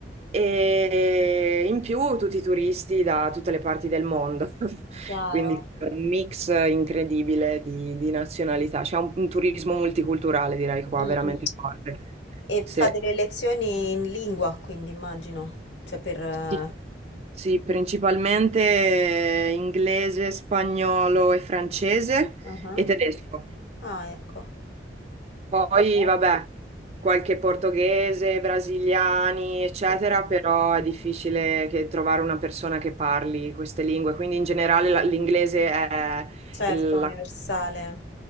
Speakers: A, on the right (about 35°); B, on the left (about 80°).
A: e in più tutti i turisti da tutte le parti del mondo. <laughs>
B: chiaro.
A: Quindi è un mix incredibile di, di nazionalità. C'è un, un turismo multiculturale, direi qua,
B: Mm,
A: veramente
B: mm.
A: forte.
B: E
A: Sì.
B: fate le lezioni in lingua, quindi immagino, cioè per... eh,
A: Sì, sì, principalmente inglese, spagnolo e francese
B: Ah,
A: e tedesco.
B: ah, ecco.
A: Poi,
B: È bello.
A: vabbè, qualche portoghese, brasiliani, eccetera,
B: Mm.
A: però è difficile che- trovare una persona che parli queste lingue. Quindi in generale la- l'inglese è
B: Certo,
A: il-
B: universale.
A: la,